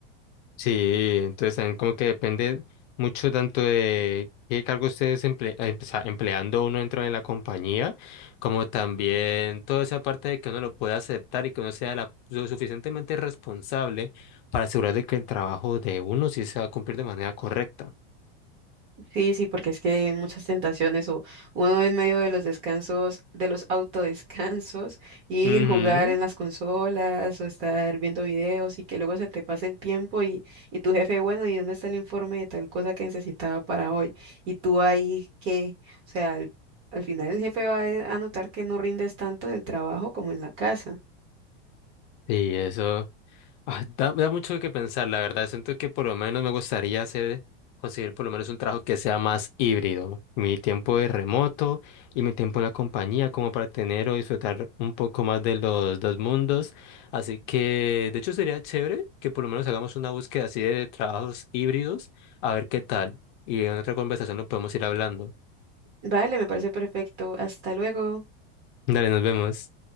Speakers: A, on the left; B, on the right.
A: Sí, entonces también como que depende mucho tanto de qué cargo ustedes emple- eh, pues, ah, empleando uno dentro de la compañía, como también toda esa parte de que uno lo pueda aceptar y que uno sea la- lo suficientemente responsable para asegurar de que el trabajo de uno sí se va a cumplir de manera correcta.
B: Sí, sí, porque es que hay muchas tentaciones o uno en medio de los descansos, de los autodescansos, ir
A: Ujú.
B: jugar en las consolas o estar viendo videos y que luego se te pase el tiempo y, y tu jefe, bueno, ¿y dónde está el informe de tal cosa que necesitaba para hoy? Y tú ahí que, o sea, al, al final el jefe va a notar que no rindes tanto en el trabajo como en la casa.
A: y eso ah, da, da mucho que pensar, la verdad. Siento que por lo menos me gustaría hacer, conseguir por lo menos un trabajo que sea más híbrido. Mi tiempo de remoto y mi tiempo en la compañía, como para tener o disfrutar un poco más de los dos mundos. Así que, de hecho, sería chévere que por lo menos hagamos una búsqueda así de trabajos híbridos, a ver qué tal. Y en otra conversación lo podemos ir hablando.
B: Vale, me parece perfecto. Hasta luego.
A: Dale, nos vemos.